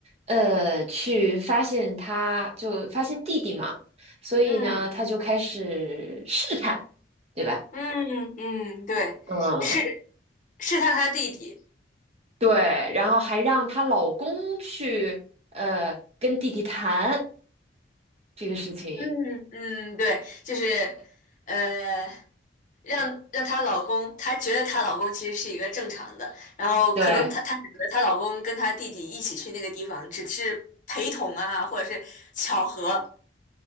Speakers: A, on the right; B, on the left.
A: 呃，去发现他就发现弟弟嘛，所以呢，
B: 嗯
A: 她就开始试探，对吧？
B: 嗯嗯，对，
A: 嗯，
B: 是是他他弟弟。
A: 对，然后还让她老公去，呃，跟弟弟谈这个事情，
B: 嗯嗯，对，就是呃，让让她老公，她觉得她老公其实是一个正常的，然后可能她她选择她老公跟她弟弟一起去那个地方，
A: 对。
B: 只是陪同啊，或者是巧合。